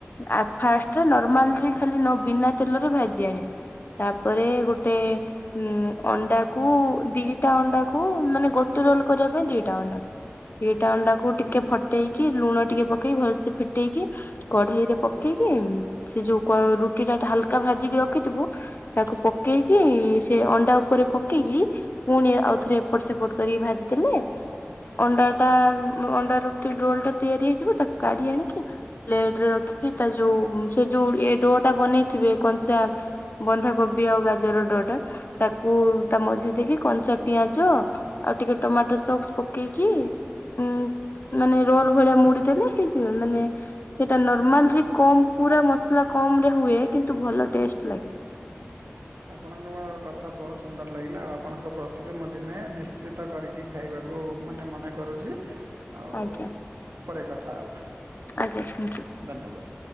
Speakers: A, on the left; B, on the right.
A: ଆ ଫାଷ୍ଟ ନର୍ମାଲ ଖାଲି ବିନା ତେଲରେ ଭାଜି ଆଣିବୁ ତାପରେ ଗୋଟେ ଉଁ ଅଣ୍ଡାକୁ ଦିଟା ଅଣ୍ଡାକୁ ମାନେ ଗୋଟେ ରୋଲ କରିବା ପାଇଁ ଦିଟା ଅଣ୍ଡାକୁ ଏଇଟା ଅଣ୍ଡାକୁ ଟିକେ ଫଟେଇକି ଲୁଣ ଟିକେ ପକେଇି ଭଲସେ ଫିଟେଇକି କଢେଇ ରେ ପକେଇକି ସେ ଯୋଉ ରୁଟି ଟା ହାଲକା ଭାଜିକି ରଖିଥିବୁ ତାକୁ
B: ଆଜ୍ଞା।
A: ପକେଇକି କି ସେ ଅଣ୍ଡା ଉପରେ ପକେଇକି ପୁଣି ଆଉ ଥରେ ଏପଟ ସେପଟ କରି ଭାଜିଦେଲେ ଅଣ୍ଡା ଟା ଅଣ୍ଡା ରୁଟି ରୋଲ ଟା ତିଆରି ହେଇଯିବ ତାକୁ କାଢି ଆଣିକି ପ୍ଲେଟରେ ରଖିକି ତା ଯୋଉ ସେ ଯୋଉ ଡୋ ଟା ବନେଇଥିବେ କଞ୍ଚା ବନ୍ଧାକୋବି ଆଉ ଗାଜର ଡ ଟା ତାକୁ ତା ମଝି ଦେଇକି କଞ୍ଚା ପିଆଜ ଆଉ ଟିକେ ଟମାଟୋ ସକ୍ସ ପକେଇକି ଉଁ ମାନେ ରୋଲ ଭଳିଆ ମୁଡିଦେଲେ ହେଇଯିବ ମାନେ ସେଟା ନର୍ମାଲ କମ ପୁରା ମସଲା କମ ରେ ହୁଏ କିନ୍ତୁ ଭଲ ଟେଷ୍ଟ ଲାଗେ।
B: ଆପଣଙ୍କ କଥା ବହୁତ ସୁନ୍ଦର ଲାଗିଲା ଆଉ ଆପଣଙ୍କ ପ୍ରସ୍ତୁତି ମୁଁ ଦିନେ ନିଶ୍ଚିତ କରିକି ଖାଇବାକୁ ମାନେ ମନେ କରୁଛି। ଆଉ
A: ଆଜ୍ଞା
B: ପରେ କଥା ହେବା
A: ଆଜ୍ଞା ଥ୍ୟାଙ୍କୟୁ।
B: ଧନ୍ୟବାଦ।